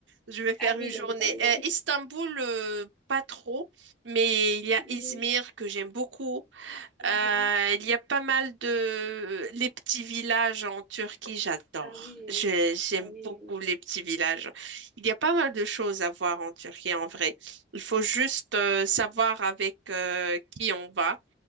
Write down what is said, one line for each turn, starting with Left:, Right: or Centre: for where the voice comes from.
Right: Je vais faire
Centre: Ah oui,
Right: une journée.
Centre: non, mais t'as raison.
Right: Euh, Istanbul, euh, pas trop, mais il y a
Centre: Mhm.
Right: Izmir que j'aime beaucoup.
Centre: Mhm.
Right: Euh, il y a pas mal de... Les petits villages en Turquie, j'adore.
Centre: Ah oui,
Right: Je- j'aime
Centre: ah oui,
Right: beaucoup
Centre: oui.
Right: les petits villages. Il y a pas mal de choses à voir en Turquie, en vrai. Il faut juste euh, savoir
Centre: oui.
Right: avec euh, qui on va